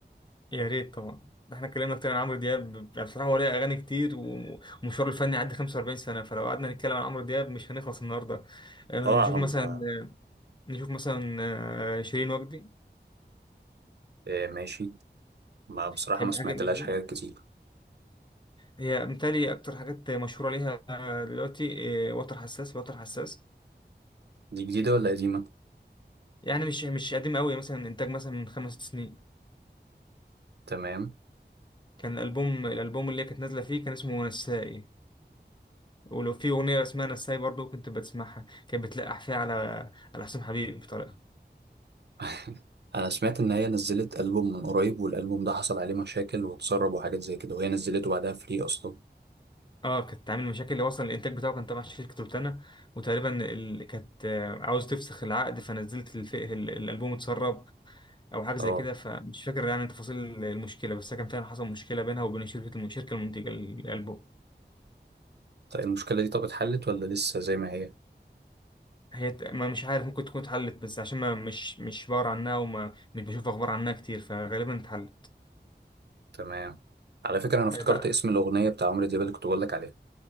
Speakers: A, on the left; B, on the right.
A: يا ريت طبعا ده احنا اتكلمنا كتير عن عمرو دياب يعني بصراحة هو ليه أغاني كتير ومشواره الفني عدى 45 سنة فلو قعدنا نتكلم عن عمرو دياب مش هنخلص النهاردة آه،
B: اه
A: نشوف
B: على
A: مثلا
B: ما-
A: نشوف مثلا آه، شيرين وجدي
B: آه، ماشي ما بصراحة
A: تحب
B: ما سمعتلهاش
A: حاجة لشيرين
B: حاجات كتير
A: هي متهيألي أكتر حاجات مشهورة ليها دلوقتي آه، وتر حساس وتر حساس
B: دي جديدة ولا قديمة
A: يعني مش مش قديمة أوي مثلا إنتاج مثلا من خمس سنين
B: تمام
A: كان الألبوم الألبوم اللي هي كانت نازلة فيه كان اسمه نسائي ولو في أغنية اسمها نسائي برضه كنت بتسمعها كانت بتلقح فيها على على حسام حبيب بطريقة
B: <laughs> انا سمعت ان هي نزلت البوم من قريب والالبوم ده حصل عليه مشاكل واتسرب وحاجات زي كده وهي نزلته بعدها فري اصلا
A: اه كانت عامل مشاكل اللي وصل الانتاج بتاعه كان تبع شركة روتانا وتقريبا ال... كانت آه، عاوز تفسخ العقد فنزلت الف... ال- الألبوم اتسرب أو حاجة زي
B: اه
A: كده فمش فاكر يعني تفاصيل المشكلة بس كان فعلا حصل مشكلة بينها وبين شركة الشركة المنتجة للألبوم
B: طيب المشكله دي طب اتحلت ولا لسه زي ما هي
A: هي ت- ما مش عارف ممكن تكون اتحلت بس عشان ما مش مش بقرا عنها وما مش بشوف أخبار عنها كتير فغالبا اتحلت
B: تمام على فكره انا افتكرت
A: آه،
B: اسم الاغنيه بتاع عمرو دياب اللي كنت بقول لك عليها